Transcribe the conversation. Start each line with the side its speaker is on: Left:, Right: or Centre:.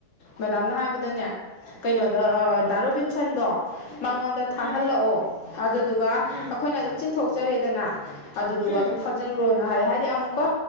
Left: ꯃꯦꯗꯥꯝ ꯅꯥ ꯍꯥꯏ ꯗꯅꯦ ꯀꯩꯅꯣꯗ ꯗꯤ ꯔꯣꯕꯤꯟꯁꯥꯟꯗꯣ ꯃꯉꯣꯟꯗ ꯊꯥꯍꯜꯂꯛꯑꯣ
Right: ꯎꯝ
Left: ꯑꯗꯨ ꯑꯗꯨꯒ
Right: ꯎꯝ ꯎꯝ
Left: ꯑꯩꯈꯣꯏꯅ ꯑꯗꯨꯝ ꯆꯤꯟꯊꯣꯛꯆꯔꯦꯗꯅ ꯑꯗꯨꯗꯨꯒ
Right: ꯎꯝ
Left: ꯑꯗꯨꯝ ꯊꯥꯖꯤꯟꯈ꯭ꯔꯣꯅ ꯍꯥꯏꯌꯦ ꯍꯥꯏꯗꯤ ꯑꯃꯨꯛꯀ